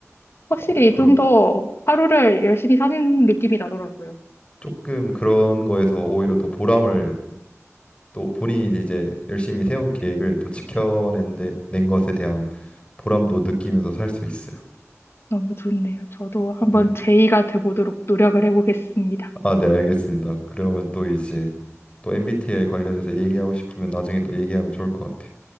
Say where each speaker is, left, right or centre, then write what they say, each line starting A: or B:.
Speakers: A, on the left (about 50°); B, on the left (about 20°).
A: 확실히
B: 어, 그러,
A: 좀 더 하루를 열심히 사는 느낌이 나더라고요.
B: 조금 그런 거에서 오히려 더 보람을 또 본인이 이제 열심히 세운 계획을 또 지켜낸 데, 낸 것에 대한 보람도 느끼면서 살 수 있어요.
A: 너무 좋네요. 저도 한번
B: 네.
A: 제의가 돼보도록 노력을 해보겠습니다.
B: 아, 네, 알겠습니다. 그러면 또 이제 또 MBTI 관련해서 얘기하고 싶으면 나중에 또 얘기하면 좋을 것 같아요.